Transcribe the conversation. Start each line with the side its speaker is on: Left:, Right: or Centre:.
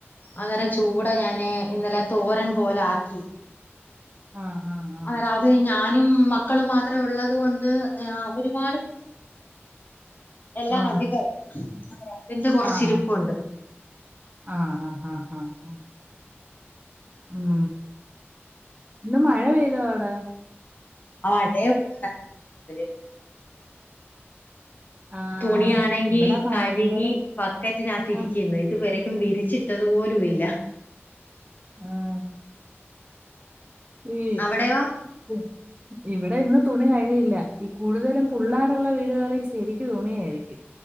Left: അന്നേരം ചൂട ഞാൻ ഇന്നലെ തോരൻ പോല ആക്കി
Right: ആഹ് ആഹ്
Left: അത് അത് ഞാനും മക്കളും മാത്രേ ഉള്ളത് കൊണ്ട് ഒരുപാട്
Right: ആഹ്
Left: എല്ലാം അധികവാ തിന്റെ കൊറച്ച്
Right: ആഹ് ആഹ്
Left: ഇരിപ്പുണ്ട്
Right: ആഹ് ആ് ആഹ് ആഹ് ആഹ ഉം ഇന്ന് മഴ പെയ്തോ അവിടെ
Left: ആ മഴയ ഉള്ള വല്
Right: ആഹ്
Left: തുണിയാണെങ്കി
Right: ഇവിടെ ഭയങ്കര
Left: കഴുകി ബക്കറ്റിനകത്ത് ഇരിക്കുന്നു
Right: ആഹ്
Left: ഇത് ഇതുവരക്കും വിരിച്ചിട്ടത് പോലും ഇല്ല
Right: ആഹ് ഈ
Left: അവിടെയോ
Right: ഉ ഇവിടെ ഇന്ന് തുണി കഴിയില്ല ഈ കൂടുതലും പുള്ളേരുള്ള വീടുകളിൽ ശരിക്ക് തുണിയായിരിക്കും